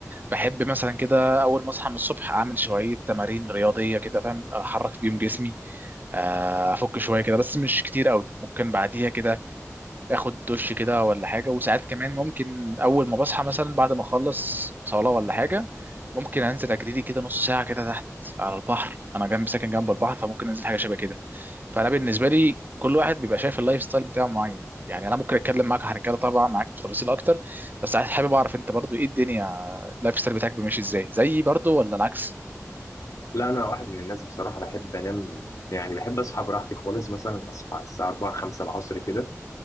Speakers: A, on the right; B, on the left.
A: بحب مثلا كده اول ما اصحى من الصبح اعمل شويه تمارين رياضيه كده فاهم احرك بيهم جسمي آه، افك شويه كده بس مش كتير قوي ممكن بعديها كده اخد دش كده ولا حاجه وساعات كمان ممكن اول ما بصحى مثلا بعد ما اخلص صلاه ولا حاجه ممكن انزل اجري لي كده نص ساعه كده تحت على البحر انا جنب ساكن جنب البحر فممكن انزل حاجه شبه كده فانا بالنسبه لي كل واحد بيبقى شايف اللايف ستايل بتاعه معين يعني انا ممكن اتكلم معاك عن كده طبعا معاك في تفاصيل اكتر بس عايز حابب اعرف انت برضو ايه الدنيا اللايف ستايل بتاعك ماشي ازاي زيي برضو ولا العكس
B: لا انا واحد من الناس بصراحه بحب انام يعني بحب اصحى براحتي خالص مثلا اصحى على الساعه 4 5 العصر كده